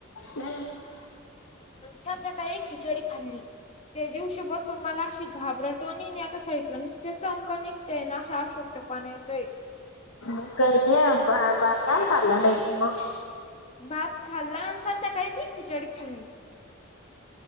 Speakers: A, on the left (about 80°); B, on the left (about 30°).
A: नाही.
B: संध्याकाळी खिचडी खाल्ली. त्या दिवशी बसून मला अशी घाबरटवनी नाहीका सईटलं नसत चमकणी- ते ना अशक्तपना येतोय.
A: करलीय बाात काल करला नाही मी मग.
B: भात खाल्ला आणि संध्याकाळी खिचडी खाल्ली.